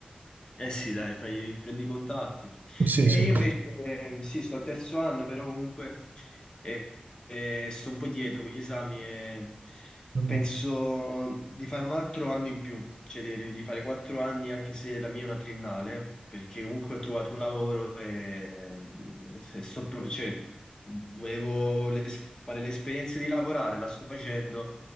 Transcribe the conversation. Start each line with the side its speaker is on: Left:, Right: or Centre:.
Left: Eh sì, dai, fai- prendi i contatti.
Right: Sì,
Left: E
Right: sì.
Left: io invece, eh, sì, sto al terzo anno, però comunque eh, eh, sto un po' indietro con gli esami e
Right: Mm.
Left: penso di fare un altro anno in più, cioè di, di fare quattro anni anche se la mia è una triennale, perché comunque ho trovato un lavoro e, mm, se sto pro- cioè, volevo l'es- fare l'esperienza di lavorare, la sto facendo